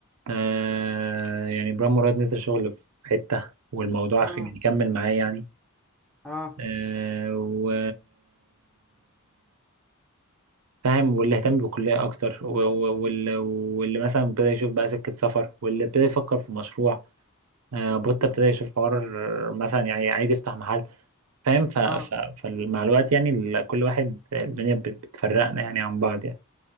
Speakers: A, on the right; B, in the centre.
A: آه، يعني برام مراد نزل شغل في حتة والموضوع
B: مم،
A: خ- يعني كمل معاه يعني
B: اه
A: آه، و فاهم واللي اهتم بالكلية أكتر و- و- واللي واللي مثلا ابتدى يشوف بقى سكة سفر واللي ابتدى يفكر في مشروع آه، بوتا ابتدى يشوف حوار مثلا يعني عايز يفتح محل فاهم ف... ف...
B: اه
A: فمع الوقت يعني ال- كل واحد الدنيا بت- بتفرقنا يعني عن بعض يعني